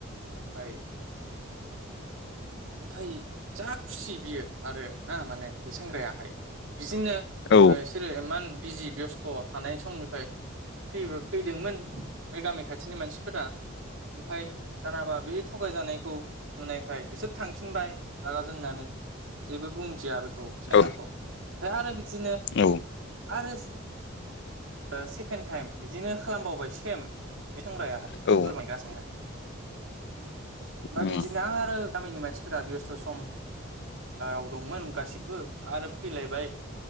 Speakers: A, on the right; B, on the left.
A: ओमफ्राय ओमफाय जा खुसि बियो आरो ना माने बे सेंग्रायाहाय बिदिनो
B: औ
A: बिसोरो इमान बिजि बेस्थ' थानाय समनिफ्राय फै फैदोंमोन बे गामि खाथिनि मानसिफोरा ओमफाय दानाबा बे थगायजानायखौ नुनायखाय बिसोर थांफिनबाय रागा जोंनानै जेबो बुंथिया बेखौ सेंग्राखौ
B: औ
A: ओमफ्राय आरो बिदिनो
B: औ
A: आरो सेकेणड टाइम बिदिनो खालामबावबाय सेम बे सेंग्राया
B: औ
A: ओमफाय
B: उम
A: बिदिनो आरो गामिनि मानसिफोरा बेस्थ' सम ओ दंमोन गासिबो आरो फैलायबाय